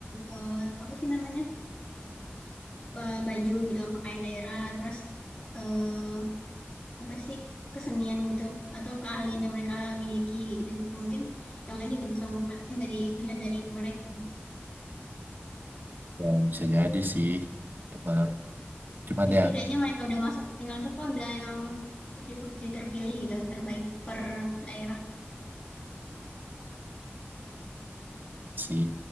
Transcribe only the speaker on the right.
Ya, bisa jadi sih emang cuma
ya
sih